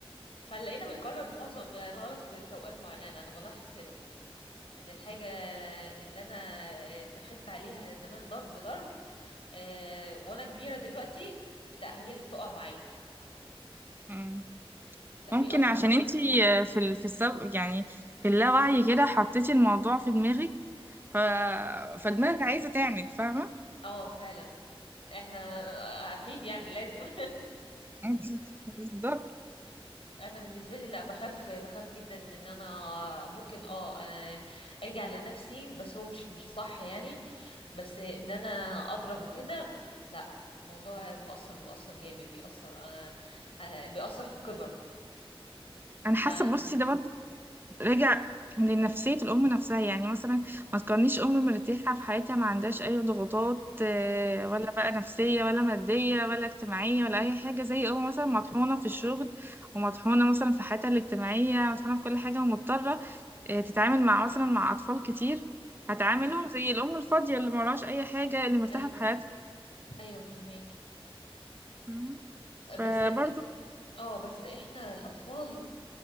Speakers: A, on the left; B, on the right.
A: هنلاقينا بنكرر معظم الغلط في, في اوقات معينة انا بلاحظ كده ان الحاجة اللي انا اتخذت عليها زمان ضرب ضرب آه، وانا كبيرة دلوقتي لا هي اللي بتقع معايا
B: مم.
A: لا
B: ممكن
A: بيأثر
B: عشان انتي آه، في ال- في السب يعني في اللاوعي كده حطيتي الموضوع في دماغك ف... فدماغك عايزة تعند فاهمة
A: اه فعلا احنا آه، اكيد يعني لازم <laughs>
B: <laughs> بالظبط
A: انا بالنسبه لي لا بخاف بخاف جدا ان انا ممكن اه آه، اجي على نفسي بس هو مش مش صح يعني بس ان انا اضرب وكده لا الموضوع مؤثر مؤثر جامد بيأثر انا آه، بيأثر في الكبر
B: انا حاسة
A: مع
B: بصي ده برضه راجع لنفسية الأم نفسها يعني مثلا ما تكونيش أم مرتاحة في حياتها ما عندهاش أي ضغوطات آه،
A: مم.
B: ولا بقى نفسية ولا مادية ولا اجتماعية ولا أي حاجة زي أم مثلا مطحونة في الشغل ومطحونة مثلا في حياتها الاجتماعية مطحونة في كل حاجة ومضطرة آه، تتعامل مع مثلا مع أطفال كتير
A: مم.
B: هتعاملهم زي الأم الفاضية اللي مراش أي حاجة اللي مرتاحة
A: ايوه
B: في حياتها
A: ايوه فهميك
B: مم. فبرضه
A: بس اه بس احنا الاطفال